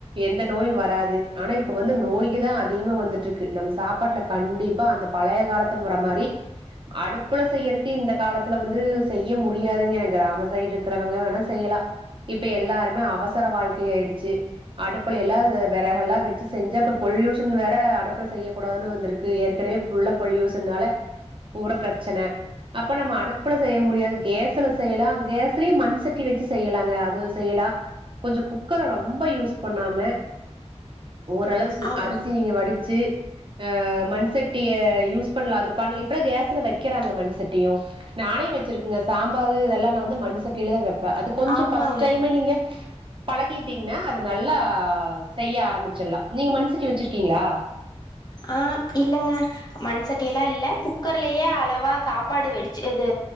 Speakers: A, on the right; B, on the left.
A: எந்த நோயு வராது ஆனா இப்ப வந்து நோய்க தா அதிகமா வந்துட்ருக்கு நம்ம சாப்பாட்ல கண்டிப்பா அந்த பழைய காலத்து முறை மாரி அடுப்புல செய்யற்க்கே இந்த காலத்துல வந்து செய்ய முடியாதுங்கிறங்கிற கிராம சைடு இருக்கிறவங்க வேணா செய்யலா இப்ப எல்லாருமே அவசர வாழ்க்கையாய்டுச்சு அடுப்பில எல்லா‌ விறகல்லா வச்சு செஞ்சா இப்ப பொல்யூஷன் வேற அடுப்புல செய்யக்கூடாதுன் வந் இருக்கு ஏற்கனவே ஃபுல்ல பொலியூஸ்னால பூர பிரச்சன அப்ப நம்ம அடுப்புல செய்ய முடியாது கேஸ்ல செய்யலா கேஸ்லே மண் சட்டி வச்சு செய்யலாங் தே அதுவு செய்யலா கொஞ்ச குக்கர ரொம்ப யூஸ் பண்ணாம ஓரளவுக்கு
B: ஆம்
A: அரிசி நீங்க வடிச்சு அ மண் சட்டிய யூஸ் பண்லா அது பண் இப்பலா கேஸ்ல வெக்கிறாங்க மண்சட்டியு நானே வெச்சிருக்கங்க சாம்பாரு இதெல்லா நா வந்து மண் சட்டில தா வெப்பே அது கொஞ்ச
B: ஆமாங்க
A: ம்ம நீங்க பழகிட்டீங்னா அது நல்லா செய்ய ஆரம்பிச்சிர்லா நீங்க மண்சட்டி வெச்சிர்க்கீங்ளா
B: ஆ இல்லங்க மண் சட்டியெலா இல்ல குக்கர்லயே அளவா சாப்பாடு வெடிச்சு இது